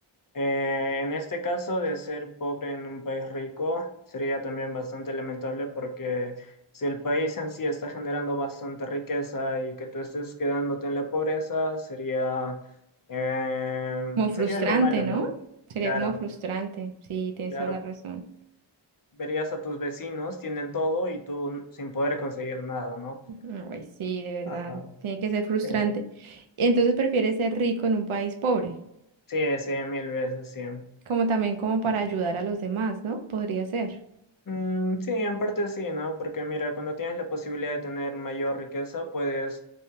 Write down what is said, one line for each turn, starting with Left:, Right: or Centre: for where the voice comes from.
Left: Eh, en este caso de ser pobre en un país rico sería también bastante lamentable porque si el país en sí está generando bastante riqueza y que tú estés quedándote en la pobreza sería, eh,
Right: Como frustrante,
Left: sería algo malo,
Right: ¿no?
Left: ¿no?
Right: Sería
Left: Claro,
Right: como frustrante. Sí, tienes
Left: claro.
Right: toda la razón.
Left: Verías a tus vecinos, tienen todo y tú sin poder conseguir nada, ¿no?
Right: Ujú, Ay, sí, de verdad.
Left: Ajá.
Right: Tiene que ser frustrante.
Left: Sí,
Right: Entonces prefieres ser rico en un país pobre,
Left: sí, sí, mil veces, sí.
Right: como también como para ayudar a los demás, ¿no? Podría ser.
Left: Mm, sí, en parte sí, ¿no? Porque mira, cuando tienes la posibilidad de tener mayor riqueza, puedes